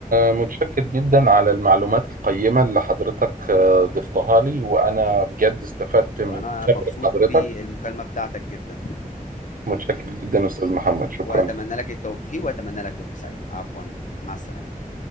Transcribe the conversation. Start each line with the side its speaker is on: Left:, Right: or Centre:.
Right: متشكر جدا على المعلومات القيمة اللي حضرتك آه، ضفتها لي وأنا بجد استفدت من
Left: وانا
Right: خبرة
Left: مبسوط
Right: حضرتك
Left: بالمكالمه بتاعتك جدا
Right: متشكر جدا أستاذ محمد شكرا
Left: واتمنى لك التوفيق واتمنى لك يوم سعيد عفوا مع السلامه